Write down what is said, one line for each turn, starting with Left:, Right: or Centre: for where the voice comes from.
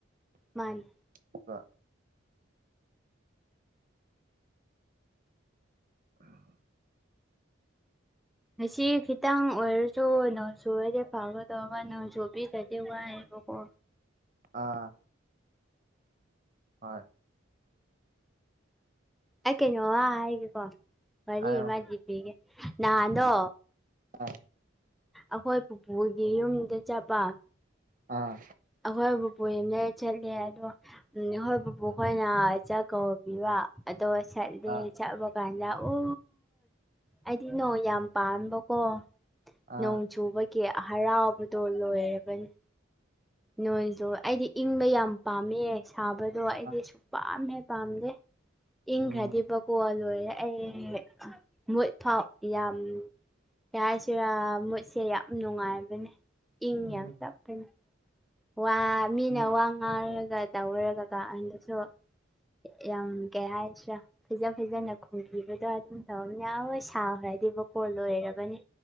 Centre: ꯃꯥꯅꯤ
Right: ꯑꯗꯨꯒ <inaudible>
Centre: ꯉꯁꯤ ꯈꯤꯇꯪ ꯑꯣꯏꯔꯁꯨ ꯅꯣꯡꯁꯨꯨꯔꯗꯤ ꯐꯥꯒꯗꯒ ꯅꯣꯡꯁꯨꯨꯕꯤꯗꯗꯤ ꯋꯥꯏ ꯕꯀꯣ
Right: ꯑꯥ ꯍꯣꯏ
Centre: ꯑꯩ ꯀꯩꯅꯣꯃ ꯍꯥꯏꯒꯦꯀꯣ ꯋꯥꯔꯤ
Right: ꯍꯥꯏꯌꯣ
Centre: ꯑꯃꯗꯤ ꯄꯤꯒꯦ ꯅꯍꯥꯟꯗꯣ
Right: ꯑꯥ
Centre: ꯑꯈꯣꯏ ꯄꯨꯄꯨꯒꯤ ꯌꯨꯝꯗ ꯆꯠꯄ
Right: ꯑꯥ
Centre: ꯑꯩꯈꯣꯏ ꯕꯨꯄꯨ ꯍ‌ꯣꯏꯅ ꯆꯠꯂꯦ ꯑꯗꯣ ꯑꯩꯈꯣꯏ ꯕꯨꯕ‌ꯣꯛꯈꯣꯏꯅ ꯆꯥꯛ ꯀꯧꯕꯤꯕ ꯑꯗꯣ ꯆꯠꯂꯦ
Right: ꯑꯥ
Centre: ꯆꯠꯄ ꯀꯥꯟꯗ ꯑꯣ ꯑꯩꯗꯤ ꯅꯣꯡ ꯌꯥꯝ ꯄꯥꯝꯕꯀꯣ
Right: ꯑꯥ
Centre: ꯅꯣꯡ ꯆꯨꯕꯒꯤ ꯀꯦ ꯍꯔꯥꯎꯕꯗꯣ ꯂꯣꯏꯔꯕꯅꯤ ꯅꯣꯏꯁꯨ ꯑꯩꯗꯤ ꯏꯪꯕ ꯌꯥꯝ ꯄꯥꯝꯃꯦ ꯁꯥꯕꯗꯣ ꯑꯩꯗꯤ
Right: ꯑꯥ
Centre: ꯁꯨꯛꯄꯥꯝ ꯍ‌ꯦꯛ ꯄꯥꯝꯗꯦ ꯏꯪꯈ꯭ꯔꯗꯤꯕꯀꯣ
Right: ꯎꯝ
Centre: ꯂꯣꯏꯔꯦ ꯑꯩ ꯃꯨꯠ ꯐꯥꯎ ꯌꯥꯝ ꯌꯥ ꯍꯥꯏꯁꯤꯔꯥ ꯃꯨꯠꯁꯦ ꯌꯥꯝ ꯅꯨꯡꯉꯥꯏꯕꯅꯦ ꯏꯪ
Right: ꯎꯝ
Centre: ꯌꯥꯝ ꯇꯞꯄꯅ‌ꯦ ꯋꯥ ꯃꯤꯅ
Right: ꯎꯝ
Centre: ꯋꯥ ꯉꯥꯡꯔꯒ ꯇꯧꯔꯒ ꯀꯥꯟꯗꯁꯨ ꯌꯥꯝ ꯀꯩ ꯍꯥꯏꯁꯤꯔꯥ ꯐꯖ ꯐꯖꯅ ꯈꯨꯝꯈꯤꯕꯗ ꯑꯗꯨꯝ ꯇꯧꯔꯝꯃꯗꯤ ꯌꯥꯎꯣꯏ ꯁꯥꯈ꯭ꯔꯕꯗꯤꯕꯀꯣ ꯂꯣꯏꯔꯕꯅꯤ